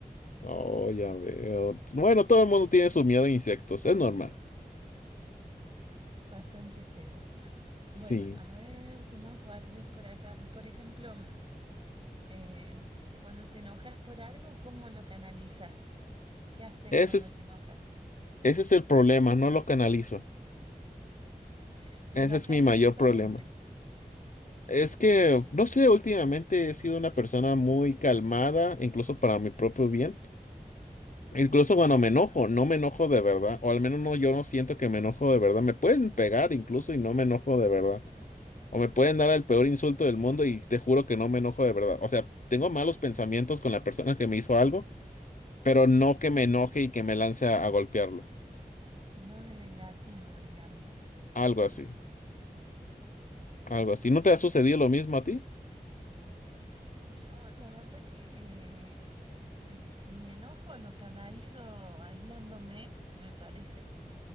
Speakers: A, on the left; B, on the right.
A: Oh, ya veo. Bueno, todo el mundo tiene su miedo a insectos, es normal.
B: bastante feo. Bueno,
A: Sí.
B: a ver, ¿qué más guardé por acá? Por ejemplo, mm, eh, cuando te enojas por algo, ¿cómo lo canalizas? ¿Qué haces
A: Ese
B: cuando
A: es,
B: te enojas?
A: ese es el problema, no lo canalizo.
B: <laughs> ¿Te
A: Ese
B: enojas
A: es mi
B: directamente?
A: mayor problema. Es que, no sé, últimamente he sido una persona muy calmada, incluso para mi propio bien.
B: Ajá.
A: Incluso cuando me enojo, no me enojo de verdad, o al menos no, yo no siento que me enojo de verdad. Me pueden pegar incluso y no me enojo de verdad. O me pueden dar el peor insulto del mundo y te juro que no me enojo de verdad. O sea, tengo malos pensamientos con la persona que me hizo algo, pero no que me enoje y que me lance a, a golpearlo.
B: No de vengativo, digamos.
A: Algo así, algo así.
B: Está muy
A: ¿No te ha sucedido
B: bien.
A: lo mismo a ti?
B: Yo la verdad que eh, eh, mi enojo lo canalizo aislándome, me parece,